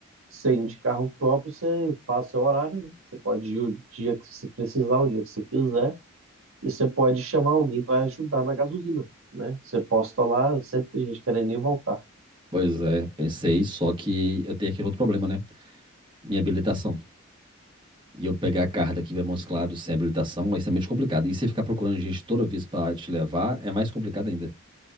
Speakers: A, on the right; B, on the right.
A: Você ir de carro próprio, você faz seu horário, né? Você pode ir o dia que você precisar, o dia que você quiser, e você pode chamar alguém para ajudar na gasolina, né? Você posta lá, sempre tem gente querendo ir e voltar.
B: Pois é, pensei, só que eu tenho aquele outro problema, né? Minha habilitação. E eu pegar a carta aqui para Montes Claros sem habilitação é extremamente complicado. E você ficar procurando gente toda vez para te levar é mais complicado ainda.